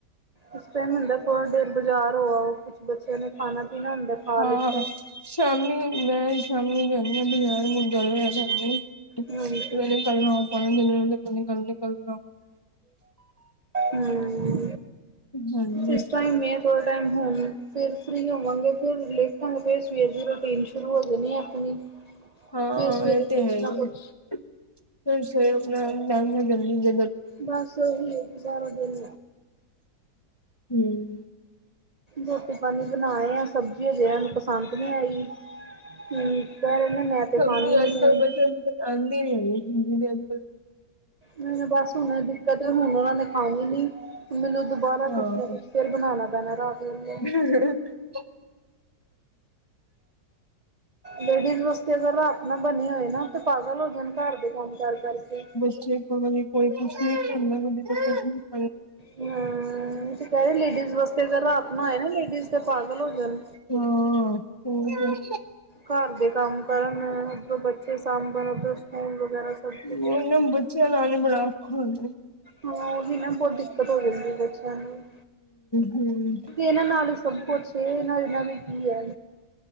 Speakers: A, on the right; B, on the left.
A: ਉਸ ਟਾਈਮ ਹੁੰਦਾ ਥੋੜਾ ਦੇਰ ਬਾਜ਼ਾਰ ਹੋਆ, ਉਹ ਕੁਛ ਬੱਚਿਆਂ ਨੇ ਖਾਣਾ ਪੀਣਾ ਹੁੰਦਾ ਖਾ
B: ਹਾਂ
A: ਲਿੱਤਾ।
B: ਸ਼ਾਮੀ ਮੈਂ ਸ਼ਾਮੀ ਜਾਂਦੀ ਹਾਂ ਬਜ਼ਾਰ, ਮੁ
A: ਹਾਂਜੀ
B: ਲੇ ਕੱਲਨਾ, ਆਪਣੀ ਗੱਲੱਲ
A: ਹਮ,
B: ਹਾਂਜੀ
A: ਸਸ਼ ਮੈਂ ਥੋੜ੍ਹਾ ਟਾਈਮ ਹੋਣ ਫਿਰ ਫਰੀ ਹੋਵਾਂਗੇ, ਫਿਰ ਲੇਟਾਂਗੇ, ਫਿਰ ਸਵੇਰ ਦੀ ਰੂਟੀਨ ਸ਼ੁਰੂ ਹੋ ਜਾਣੀ ਆਪਣੀ।
B: ਹ ਹਾਂ
A: ਫਿਰ ਸਵੇਰੇ
B: ਇਹ ਤੇ
A: ਕੁਛ
B: ਹੈ ਹੀ
A: ਨਾ ਕੁਛ
B: ਹੈ ਫਿਰ ਸਵੇਰੇ ਉਠਣਾ ਆਪਣਾ ਟੈਮ ਸਿਰ ਜਲਦੀ ਜ
A: ਬਸ ਓਹੀ ਹੈ ਸਾਰਾ ਦਿਨ
B: ਹਮ
A: ਰੋਟੀ ਪਾਣੀ ਬਣਾਏ ਹਾਂ ਸਬਜ਼ੀ ਹਜੇ ਏਨੂੰ ਪਸੰਦ ਨਈ ਆਈ। ਠੀਕ ਆ ਉਹਨੇ ਮੈਂ ਤੇ
B: ਸਬਜੀ
A: ਖਾਣੀ
B: ਅੱਜਕਲ
A: ਨੀ ਹੈ
B: ਬੱਚਿਆਂ ਨੂੰ ਪਸੰਦ ਨੀ ਆਂਦੀ <unintelligible> ਅੱਜਕੱਲ
A: ਮੈਨੂੰ ਬਸ ਹੁਨ ਦਿੱਕਤ ਏ ਹੁਣ ਉਹਨਾਂ ਨੇ ਖਾਣੀ ਨਈ ਮੈਨੂੰ ਦੁਬਾਰਾ
B: ਹਾਂ
A: ਕੁਛ ਨਾ ਕੁਛ ਫਿਰ ਬਣਾਣਾ ਪੈਣਾ ਰਾਤ ਵੇਲੇ
B: <inaudible>
A: ਲੇਡੀਜ਼ ਵਾਸਤੇ ਅਗਰ ਰਾਤ ਨਾ ਬਣੇ ਹੋਏ ਨਾ ਤੇ ਪਾਗਲ ਹੋ ਜਾਣ ਘਰ ਦੇ ਕੰਮ ਕਾਰ ਕਰਕੇ
B: ਸਈ ਗੱਲ ਏ ਜੀ ਕੋਈ ਕੁਛ ਨਈ ਖਾਂਦਾ <unintelligible>
A: ਹੂੰ ਕਰ ਲਈ ਡੀਜ਼ ਵਾਸਤੇ ਰਾਤ ਆਪਣਾ ਆਏ ਨਾ ਲੇਡੀਜ਼ ਦੇ ਪਾਗਲ ਹੋ ਜਣ
B: ਹਾਂ ਹੋਰ
A: ਘਰ ਦੇ ਕੰਮ ਕਰਨ ਉਧਰੋ ਬੱਚੇ ਸਾਂਭਣ ਉਧੋ ਸਕੂਲ ਵਗੈਰਾ ਸਭ ਕੁਛ
B: ਉਹਨ ਬੱਚਿਆਂ ਨਾਲ ਈ ਬੜਾ ਔਖਾ ਹੋ ਜ
A: ਹਾਂ ਉਹੀ ਮੈ ਬੋਤ ਦਿੱਕਤ ਹੋ ਜਾਂਦੀ ਬੱਚਿਆਂ ਨੂੰ
B: ਹੂੰ
A: ਇਹਨਾਂ ਨਾਲ ਹੀ ਸਭ ਕੁਛ ਇਹਨਾ ਬਿਨਾਂ ਵੀ ਕੀ ਐ।